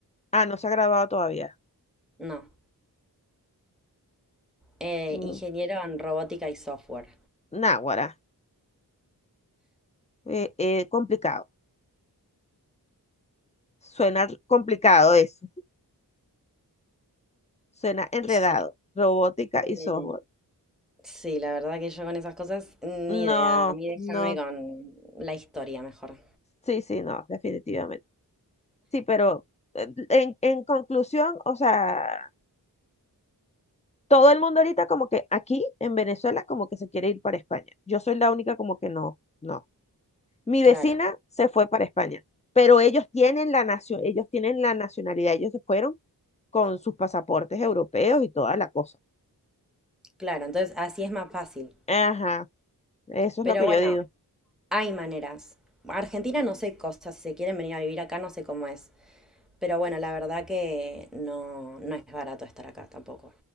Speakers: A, on the left; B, in the centre.
A: Ah, no se ha graduado todavía.
B: No. Eh,
A: Mm,
B: ingeniero en robótica y software.
A: Náguara, eh, eh, complicado. Suena complicado eso. Suena enredado.
B: Sí.
A: Robótica
B: Mm,
A: y software.
B: Sí, la verdad que yo con esas cosas ni
A: No,
B: idea. A mí déjame
A: no.
B: con la historia mejor.
A: Sí, sí, no, definitivamente. Sí, pero eh, en, en conclusión, o sea, todo el mundo ahorita como que aquí en Venezuela como que se quiere ir para España. Yo soy la única como que no, no. Mi vecina
B: Claro,
A: se fue para España, pero ellos tienen la nacio, ellos tienen la nacionalidad, ellos se fueron con sus pasaportes europeos y toda la cosa.
B: claro. Entonces así es más fácil.
A: Ajá, eso
B: Pero
A: es lo que
B: bueno,
A: yo digo.
B: hay maneras. Argentina no sé cosas. Si se quieren venir a vivir acá, no sé cómo es. Pero bueno, la verdad que no, no es barato estar acá tampoco.